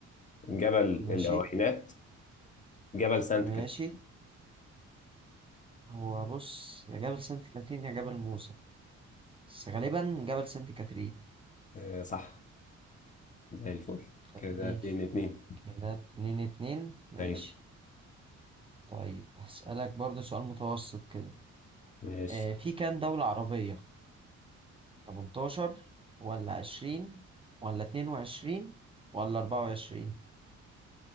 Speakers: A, on the left; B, on the right.
A: جبل
B: ماشي
A: العوينات جبل سانت
B: ماشي
A: كاترين
B: هو بص يا جبل سانت كاترين يا جبل موسى بس غالبا جبل سانت كاترين
A: آه، صح زي الفل
B: يعني
A: كده اتنين اتنين
B: كده اتنين اتنين ماشي
A: أيوه
B: طيب هسألك برضه سؤال متوسط كده
A: ماشي
B: آه في كام دولة عربية 18 ولا 20 ولا 22 ولا 24